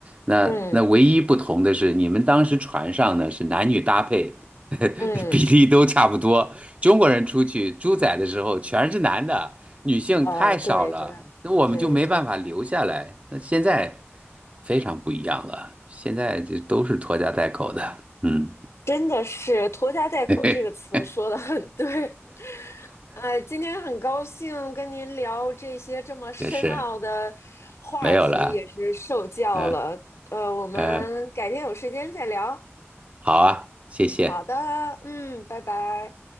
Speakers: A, on the right (about 30°); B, on the left (about 75°).
A: 那那唯一不同的是，
B: 嗯
A: 你们当时船上呢是男女搭配。<laughs>
B: 嗯，
A: 比例都差不多。中国人出去猪仔的时候全是男的，女性太少了，
B: 呃，对对。
A: 那我们就没办法留下来。
B: 对对对，
A: 那现在非常不一样了，现在就都是拖家带口的，嗯，
B: 真的是“拖家带口”这个词说的很对，
A: <laughs>
B: 哎，今天很高兴跟您聊这些这么深奥的话题，
A: 也是没有了，
B: 也是受教了。
A: 嗯
B: 呃，我们改天有时间再聊。
A: 嗯，好啊，谢谢。
B: 好的，嗯，拜拜。